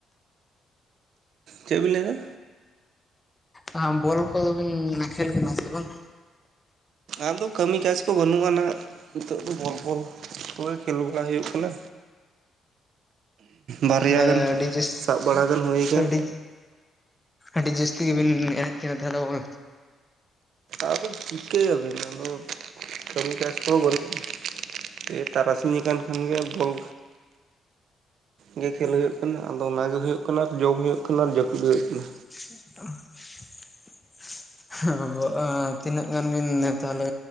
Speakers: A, on the right; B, on the left.
A: ᱪᱮᱫ ᱵᱤᱱ ᱞᱟᱹᱭᱫᱟ?
B: ᱟ ᱦᱟᱸᱜ ᱵᱚᱞ ᱠᱚᱫᱚ ᱵᱤᱱ ᱠᱷᱮᱞ ᱠᱟᱱᱟ ᱥᱮ ᱵᱟᱝ?
A: ᱟᱫᱚ ᱠᱟᱹᱢᱤ ᱠᱟᱡᱽ ᱠᱚ ᱵᱟᱹᱱᱩᱜ-ᱟ ᱱᱟᱜ ᱱᱤᱛᱳᱜ ᱫᱚ ᱵᱚᱞ ᱠᱚᱞ ᱠᱚᱜᱮ ᱠᱷᱮᱞ ᱵᱟᱲᱟ ᱦᱩᱭᱩᱜ ᱠᱟᱱᱟ᱾ ᱵᱟᱨᱮᱭᱟ
B: ᱛᱟᱦᱚᱞᱮ
A: ᱜᱟᱱ
B: ᱟᱹᱰᱤ ᱡᱟᱹᱥ
A: ᱥᱟᱵ ᱵᱟᱲᱟ ᱜᱟᱱ ᱦᱩᱭ ᱠᱟᱱ᱾
B: ᱟᱹᱰᱤ ᱟᱹᱰᱤ ᱡᱟᱹᱥᱛᱤ ᱜᱮᱵᱤᱱ ᱮᱱᱮᱡ ᱠᱟᱱᱟ ᱛᱟᱦᱚᱞᱮ ᱵᱚᱞ?
A: ᱟᱫᱚ ᱪᱤᱠᱟᱹᱭᱟᱵᱤᱱ ᱟᱫᱚ, ᱠᱟᱹᱢᱤ ᱠᱟᱡᱽ ᱠᱚᱦᱚᱸ ᱵᱟᱹᱱᱩᱜ᱾ ᱛᱮ ᱛᱟᱨᱟᱥᱤᱧ ᱟᱠᱟᱱ ᱠᱷᱟᱱ ᱜᱮ ᱵᱚᱞ ᱜᱮ ᱠᱷᱮᱞ ᱦᱩᱭᱩᱜ ᱠᱟᱱᱟ, ᱟᱫᱚ ᱚᱱᱟ ᱜᱮ ᱦᱩᱭᱩᱜ ᱠᱟᱱᱟ ᱟᱨ ᱡᱚᱢ ᱦᱩᱭᱩᱜ ᱠᱟᱱᱟ, ᱟᱨ ᱡᱟᱹᱯᱩᱫ ᱜᱮ ᱦᱩᱭᱩᱜ ᱠᱟᱱᱟ᱾
B: <inaudible> <inaudible> ᱛᱤᱱᱟᱹᱜ ᱜᱟᱱ ᱵᱤᱱ ᱛᱟᱦᱚᱞᱮ